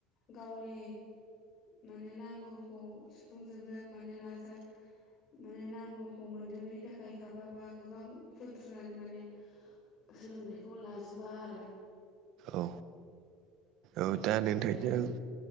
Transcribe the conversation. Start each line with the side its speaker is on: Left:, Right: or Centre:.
Left: गावनि माने नांगौखौ सुफुंजोबनो माने नाजा माने नांगौखौ मोनजोब बेनि थाखाय खाबाबा गोबां खुद्रानो माने सोलोंथाइखौ लाजोबा आरो।
Right: औ औ दा
Left: बिनि
Right: नोंथायजों
Left: थाखायनो